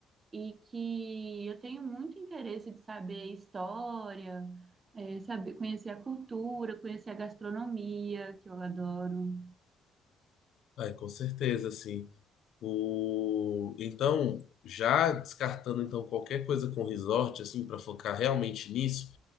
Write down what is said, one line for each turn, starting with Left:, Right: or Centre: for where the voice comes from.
Right: e que eu tenho muito interesse de saber história, é, saber conhecer a cultura, conhecer a gastronomia, que eu adoro.
Left: Ai, com certeza, sim. O então, já descartando então qualquer coisa com resort assim para focar realmente nisso,